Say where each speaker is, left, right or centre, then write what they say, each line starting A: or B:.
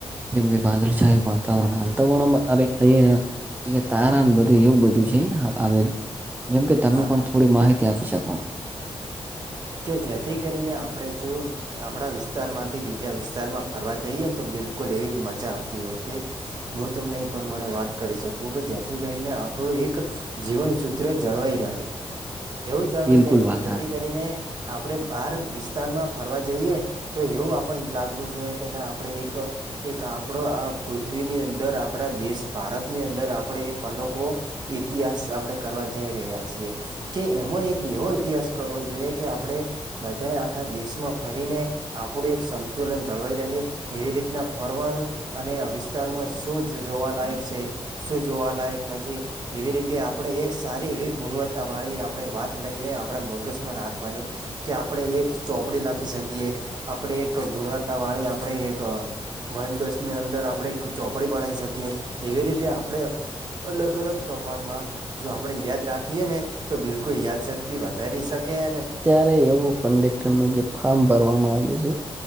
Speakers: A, on the right; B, on the right.
A: જેમ કે વાદળછાયું વાતાવરણ હાલતા અ અયા તારા બધું એવું બધું આવેલું જેમકે તમે
B: હા
A: પણ
B: હા
A: થોડી માહિતી આપી શકો
B: કે જેથી કરીને આપણેે જો? આપણા વિસ્તારમાંથી બીજા વિસ્તારમાં ફરવા જઈએ ને તો બિલકુલ એવી મજા આવતી હોય છે. કે હું તમને એ પ્રમાણે વાત કરી શકું કે જેથી કરીને આપણું એક જીવન સૂત્ર જળવાઈ રહે, એવું જળવાઈ
A: બિલકુલ
B: રહે
A: વાત
B: કે જેથી
A: હારી
B: કરીને આપડે બાર વિસ્તારમાં ફરવા જઈએ. તો એવું આપને લાગવું જોઈએ કે ના આપણે એક એક આપણો આ પૃથ્વીની અંદર આપણા દેશ ભારતની અંદર આપણે એક અનોખો. ઇતિહાસ આપડે કરવા જઈ રહ્યા છીએ, કે એમાં એક એવો ઇતિહાસ કરવો જોઈએ. કે આપણે, બધાએ આખા દેશમાં ફરીને આપણું એક સંતુલન જળવાઈ રહે, એવી રીતના ફરવાનું. અને વિસ્તારમાં શું જ જોવાલાયક છે, શું જોવાલાયક નથી. એવી રીતે આપણે એક સારી એવી ગુણવત્તા વાળી આપણે વાત લઈને આપડા મગજમાં રાખ લખવાની, કે આપણે એક ચોપડી લખી શકીએ. આપણે એક ગુણવત્તા વાળી આપણે એક મગસની અંદર આપણે એક ચોપડી બનાવી શકીએ, એવી રીતે આપણે અલગ અલગ પ્રમાણમાં, જો આપણે યાદ રાખીએ ને તો બિલકુલ યાદ જ થી વધારી શકે અને
A: અ્યારે એવું કન્ડેક્ટર નું જે ફારમ ભરવામાં આવ્યું છે,